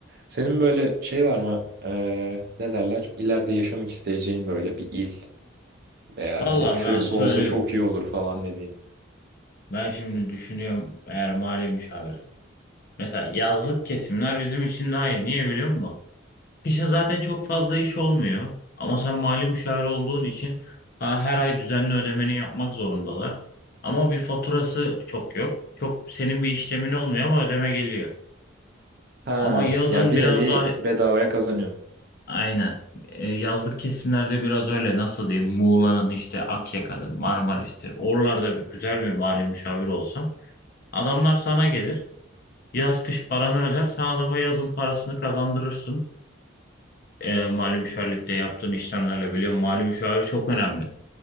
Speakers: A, on the right; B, on the left.
A: Senin böyle şey var mı? E, ne derler? İleride yaşamak isteyeceğin böyle bir il veya
B: Valla
A: hani şurası
B: ben söyleyeyim.
A: olsa çok iyi olur falan dediğin.
B: Ben şimdi düşünüyorum eğer mali müşavir. Mesela yazlık kesimler bizim için daha iyi. Niye biliyor musun? Kışın zaten çok fazla iş olmuyor. Ama sen mali müşavir olduğun için sana her ay düzenli ödemeni yapmak zorundalar. Ama bir faturası çok yok. Çok senin bir işlemin olmuyor ama ödeme geliyor.
A: Ha,
B: Ama yazın
A: ya bir
B: biraz
A: nevi
B: daha
A: bedavaya kazanıyorsun.
B: aynen. E, Yazlık kesimlerde biraz öyle nasıl diyeyim? Muğla'nın işte Akyaka'dır, Marmaris'tir. Oralarda bir güzel bir mali müşavir olsa Adamlar sana gelir. Yaz kış paranı öder. Sen adama yazın parasını kazandırırsın. E, mali müşavirlikte yaptığın işlemlerle biliyorum. Mali müşavir çok önemli.